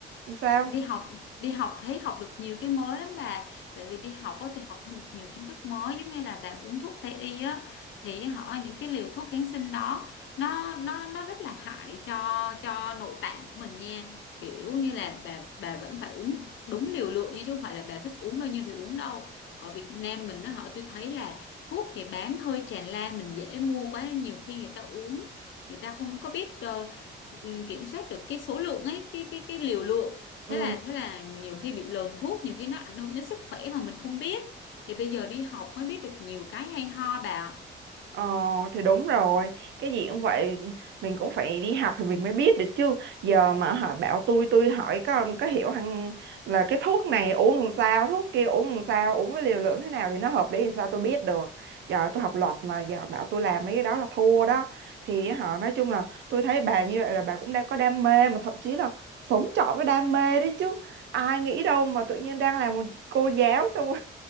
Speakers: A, on the right; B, on the left.
A: sao
B: đi học đi học thấy học được nhiều cái mới lắm bà tại vì đi học á thì học thêm được nhiều kiến thức mới giống như là bà uống thuốc tây y á thì họ những cái liều thuốc kháng sinh đó nó nó nó rất là hại cho cho nội tạng của mình nha kiểu như là bà bà vẫn phải uống đúng liều lượng nha chứ không phải là bà thích uống bao nhiêu thì uống đâu ở Việt Nam mình nó họ tôi thấy là thuốc thì bán hơi tràn lan mình dễ mua quá nên nhiều khi người ta uống người ta không có biết ờ, ừm, kiểm soát được cái số lượng ấy cái cái cái liều lượng
A: ừ
B: thế là thế là nhiều khi bị lờn thuốc nhiều khi nó ảnh hưởng đến sức khỏe mà mình không biết thì bây giờ đi học mới biết được nhiều cái hay ho bà
A: Ờ thì đúng rồi Cái gì cũng vậy Mình cũng phải đi học thì mình mới biết được chứ Giờ mà họ bảo tôi Tôi hỏi có có hiểu hằng là cái thuốc này uống làm sao Thuốc kia uống làm sao Uống với liều lượng thế nào thì nó hợp lý thì sao tôi biết được Giờ tôi học luật mà giờ bảo tôi làm mấy cái đó là thua đó Thì họ nói chung là Tôi thấy bà như vậy là bà cũng đang có đam mê Mà thậm chí là sống trọn với đam mê đấy chứ Ai nghĩ đâu mà tự nhiên đang làm một cô giáo Xong